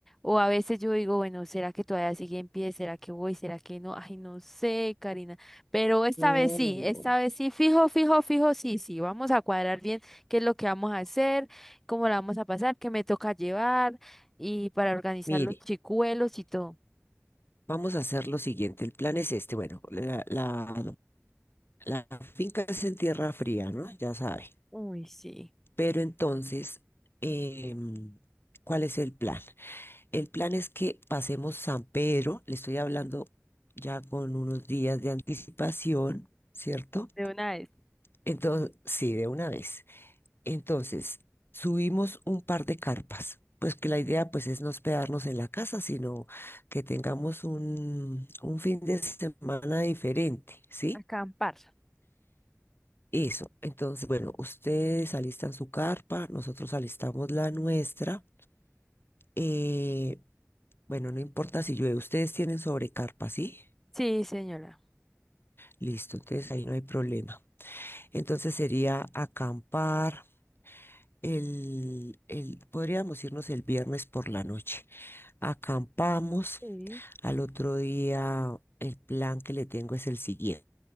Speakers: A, in the centre; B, on the left (about 45°).
A: O a veces yo digo, bueno, ¿será que todavía sigue en pie? ¿Será que voy? ¿Será que no? Ay, no sé, Karina. Pero esta
B: No,
A: vez sí, esta vez sí, fijo, fijo, fijo, sí, sí. Vamos a cuadrar bien qué es lo que vamos a hacer, cómo la vamos a pasar, qué me toca llevar y para organizar
B: mire,
A: los chicuelos y todo.
B: vamos a hacer lo siguiente. El plan es este. Bueno, la, la, la finca es en tierra fría, ¿no? Ya sabe.
A: Uy, sí.
B: Pero entonces, em, ¿cuál es el plan? El plan es que pasemos San Pedro, le estoy hablando ya con unos días de anticipación, ¿cierto?
A: De una vez,
B: Entonces, sí, de una vez. Entonces, subimos un par de carpas, pues que la idea pues es no hospedarnos en la casa, sino que tengamos un, un fin de semana diferente, ¿sí?
A: acampar.
B: Eso. Entonces, bueno, ustedes alistan su carpa, nosotros alistamos la nuestra. Eh, bueno, no importa si llueve, ustedes tienen sobrecarpa, ¿sí?
A: Sí, señora.
B: Listo, entonces ahí no hay problema. Entonces sería acampar el, el, podríamos irnos el viernes por la noche. Acampamos.
A: Sí,
B: Al otro día, el plan que le tengo es el siguiente.